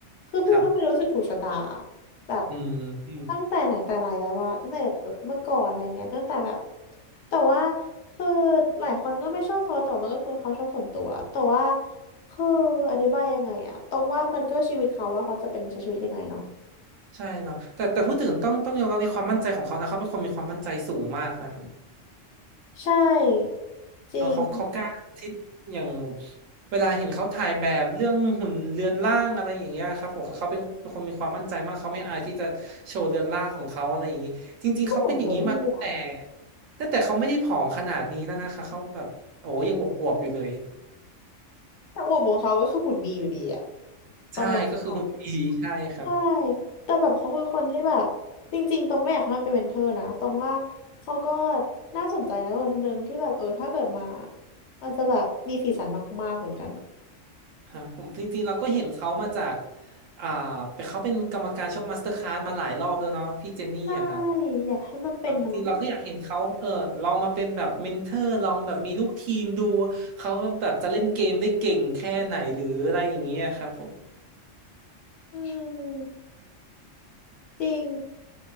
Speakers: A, on the left; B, on the right.
A: คือไม่รู้ทำไมรู้สึกถูกชะตา
B: ครับ
A: แบบ
B: อืมอืม
A: ตั้งแต่ไหนแต่ไรแล้วว่าตั้งแต่แบบเมื่อก่อนอะไรเงี้ยตั้งแต่แบบแต่ว่าคือหลายคนก็ไม่ชอบเขาแต่มันก็คือเขาชอบส่วนตัวแต่ว่าคืออธิบายยังไงอะตองว่ามันก็ชีวิตเขาว่าเขาจะเป็นใช้ชีวิตยังไงเนาะ
B: ใช่เนาะแต่แต่พูดถึงต้องต้องยอมรับในความมั่นใจของเขานะเขาเป็นคนมีความมั่นใจสูงมากนะครับ
A: ใช่จริง
B: เนาะเขาเขากล้าที่อย่างเวลาเห็นเขาถ่ายแบบเรื่องหุ่นเรือนร่างอะไรอย่างเงี้ยครับผมคือเขาเป็นเป็นคนมีความมั่นใจมากเขาไม่อายที่จะโชว์เรือนร่างของเขาอะไรอย่างงี้จริงๆเขาเป็นอย่างนี้มาตั้งแต่
A: ก็หุ่นเขาดีอะ
B: ตั้งแต่เขาไม่ได้ผอมขนาดนี้แล้วนะคะเขาแบบโอ้ยังอวบๆอยู่เลย
A: แต่อวบของเขาก็คือหุ่นดีอยู่ดีอะต้องมอง
B: ใช่ก็คือหุ่นดีใช่ครับ
A: ใช่แต่แบบเขาคือคนที่แบบจริงๆตรงก็อยากให้มันเป็นเมนเทอร์นะตรงว่าเขาก็น่าสนใจนะคนหนึ่งที่แบบเออถ้าเกิดมามันจะแบบมีสีสันมากๆเหมือนกันอะ
B: ครับผมจริงๆเราก็เห็นเขามาจากอ่าเป็นเขาเป็นกรรมการช่องมาสเตอร์คลาสมาหลายรอบแล้วเนาะพี่เจนนี่อะครับ
A: ใช่อยากให้มันเป็นเนาะ
B: เอาจริงๆเราก็อยากเห็นเขาเออลองมาเป็นแบบเมนเทอร์ลองแบบมีลูกทีมดูเขาแบบจะเล่นเกมได้เก่งแค่ไหนหรืออะไรอย่างเงี้ยครับผม
A: อืมจริง